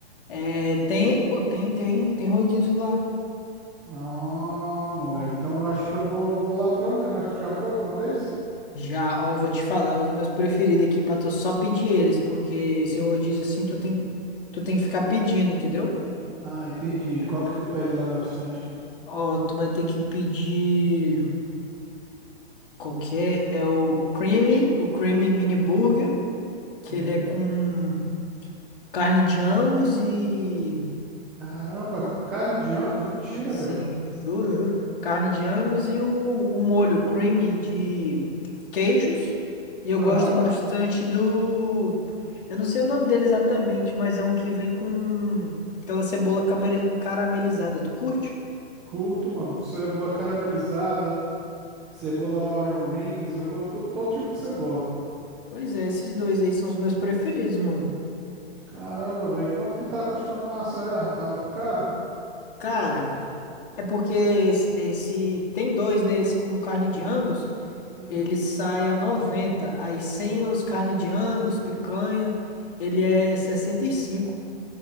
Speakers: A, on the left; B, in the centre.
A: É, tem, pô, tem, tem, tem rodízio lá.
B: Ah, moleque. Então eu acho que eu vou, vou lá pra ver. Mas tu já foi alguma vez?
A: Já, ó, vou te falar os meus preferidos aqui pra tu só pedir eles, porque esse rodízio assim tu tem, tu tem que ficar pedindo, entendeu?
B: Ah, entendi. Qual que tu pede lá bastante?
A: Ó, tu vai ter que pedir qualquer, é o creamy, o creamy mini burger, que
B: Uhum.
A: ele é com carne de angus e
B: Caramba, carne de Angus? Mentira,
A: Sim,
B: velho.
A: juro, juro. Carne de Angus e o, o molho creamy de queijos. E eu
B: Aham.
A: gosto bastante do. Eu não sei o nome dele exatamente, mas é um que vem com aquela cebola camare- caramelizada. Tu curte?
B: Curto, mano. Cebola caramelizada, cebola Orion Rings. Eu curto tudo, todo tipo de cebola.
A: Pois é, esses dois aí são os meus preferidos, mano.
B: Caramba, velho. Quanto que tá custando lá, será? Tá muito caro?
A: Cara, é porque esse, esse- tem dois, né? Esse com carne de Angus,
B: Hum.
A: ele sai a noventa Aí sem os carne de Angus, picanha, ele é sessenta e cinco